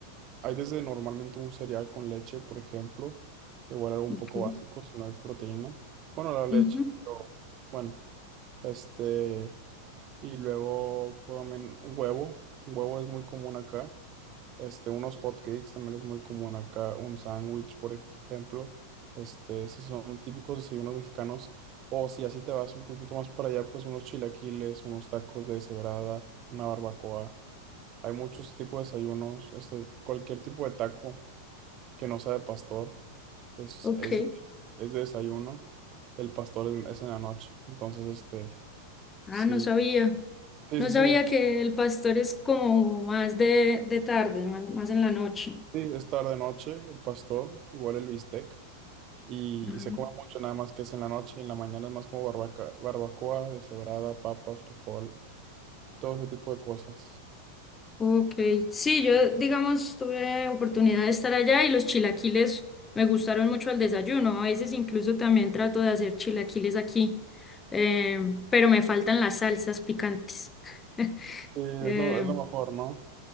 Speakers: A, on the right (about 35°); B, on the left (about 20°).
A: hay desde normalmente un cereal con leche, por ejemplo, igual algo un
B: Ok.
A: poco básico, si no hay proteína. Bueno, la leche,
B: Ujú,
A: pero bueno, este... Y luego puedo también un huevo. Un huevo es muy común acá. Este, unos hot cakes también es muy común acá. Un sándwich, por ejemplo. Este, esos son típicos desayunos mexicanos. O si así te vas un poquito más para allá, pues unos chilaquiles, unos tacos de deshebrada, una barbacoa. Hay muchos tipos de desayunos. Este, cualquier tipo de taco que no sea de pastor es,
B: Ok.
A: es, de- es de desayuno. El pastor es es en la noche. Entonces, este,
B: Ah,
A: sí.
B: no sabía.
A: Sí,
B: No
A: sí,
B: sabía
A: sí.
B: que el pastor es como más de, de tarde, más, más en la noche.
A: Sí, es tarde noche, el pastor, igual el bistec, y,
B: Ah.
A: y se come mucho nada más que es en la noche, y en la mañana es más como barbaca, barbacoa, deshebrada, papa, frijol, todo ese tipo de cosas.
B: Ok, sí, yo digamos tuve oportunidad de estar allá y los chilaquiles me gustaron mucho al desayuno. A veces incluso también trato de hacer chilaquiles aquí, eh, pero me faltan las salsas picantes. <laughs>
A: Sí,
B: Eh,
A: es lo, es lo mejor, ¿no?